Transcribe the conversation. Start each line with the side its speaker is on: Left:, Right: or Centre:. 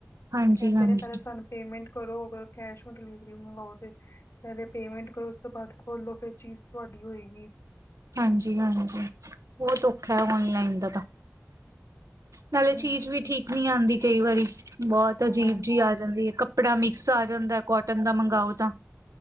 Right: ਹਾਂਜੀ-ਹਾਂਜੀ,
Left: ਕਹਿੰਦੇ ਨੇ ਪਹਿਲਾਂ ਸਾਨੂੰ ਪੇਮੈਂਟ ਕਰੋ ਅਗਰ ਕੈਸ਼ ਔਨ ਡਿਲੀਵਰੀ ਮੰਗਵਾਓ ਤੇ, ਪਹਿਲੇ ਪੇਮੈਂਟ ਕਰੋ ਉਸ ਤੋਂ ਬਾਅਦ ਖੋਲੋ ਫੇਰ ਚੀਜ਼ ਤੁਹਾਡੀ ਹੋਏਗੀ।
Right: ਹਾਂਜੀ-ਹਾਂਜੀ ਬਹੁਤ ਔਖਾ ਹੈ ਔਨਲਾਈਨ ਦਾ ਤਾਂ। ਨਾਲੇ
Left: ਹਮ
Right: ਚੀਜ਼ ਵੀ ਠੀਕ ਨਹੀਂ ਆਉਂਦੀ ਕਈ ਵਾਰੀ। ਬਹੁਤ
Left: ਹਾਂ
Right: ਅਜੀਬ ਜਿ
Left: ਤੇ
Right: ਆ ਜਾਂਦੀ ਹੈ, ਕੱਪੜਾ ਮਿਕਸ ਆ ਜਾਂਦਾ ਕੋਟਨ ਦਾ ਮੰਗਓ ਤਾਂ।